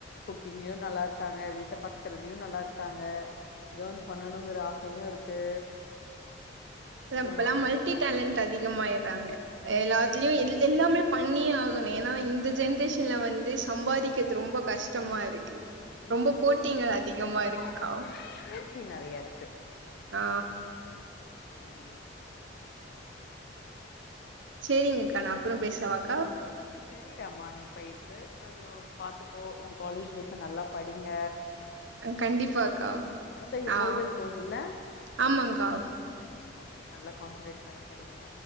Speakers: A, on the left (about 55°); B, on the right (about 70°).
A: குக்கிங்லயு நல்லா இருக்காங்க வீட்ட பாத்துக்கறதயு நல்லா இருக்காங்க ஏர்ண் பண்ணணுங்கிற ஆசையு இருக்கு ஏதோ
B: இப்பல்லா
A: ஒண்ணு செஞ்சுக்கிறாங்க
B: மல்டி டேலன்ட் அதிகமாயிறாங்க
A: ஆமா
B: எல்லாத்துலயு எல்லாமே பண்ணியே ஆகணு ஏனா இந் த ஜென்ரேஷன்ல வந்து சம்பாதிக்கது ரொம்ப கஷ்டமா இருக்கு
A: ம்
B: ரொம்ப
A: ம்
B: போட்டிங்க
A: ம்
B: அதிகமா இருக்குக்கா
A: ஆமா போட்டி நெறைய இருக்கு
B: ஆ
A: ம்
B: சேரிங்க அக்கா நா அப்றோ பேசவாக்கா
A: செரிடாமா நீ பேசு நீ பாத்துக்கோ உன் காலேஜ் லைஃப் நல்லா படிங்க
B: கண்டிப்பாக்கா
A: சரியா மொத்தம் இது
B: ஆ
A: ஃபோர் இயர்ஸ் கோர்ஸ் இல்ல
B: ஆமாங்க்கா
A: ஓகே நல்லா கான்சன்ட்ரேட் பண்ணி படிங்க